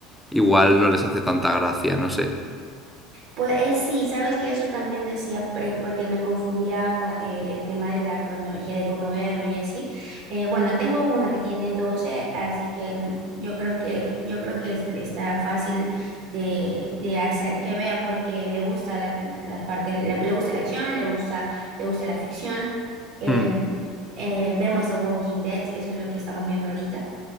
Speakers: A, in the centre; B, on the right (about 50°).
A: igual no les hace tanta gracia, no sé.
B: Pues eh, sí, sabes que eso también decía, eh, porque me confundía cua- eh, el tema de la cronología de cómo verlo y así. Eh, bueno, tengo uno que tiene 12, así que mm, yo creo que, yo creo que es- está fácil de, de hacer que vea porque le gusta la- las partes, le, le gusta la acción, le gusta, le gusta la ficción. Em,
A: Mm,
B: eh, vemos The Walking Dead, eso es lo que estamos viendo ahorita,